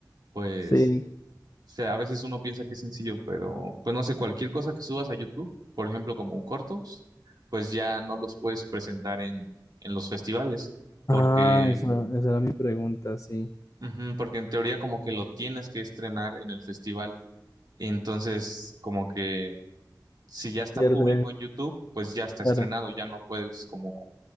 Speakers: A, on the right (about 60°); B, on the left (about 45°).
A: pues
B: Sí.
A: sea, a veces uno piensa que es sencillo, pero pues no sé, cualquier cosa que subas a YouTube, por ejemplo, como un cortos, pues ya no los puedes presentar en, en los festivales, porque,
B: Ah, esa, esa era mi pregunta, sí.
A: ujú, porque en teoría como que lo tienes que estrenar en el festival. entonces, como que si ya está
B: Pierde.
A: público en YouTube, pues ya está
B: Claro.
A: estrenado, ya no puedes como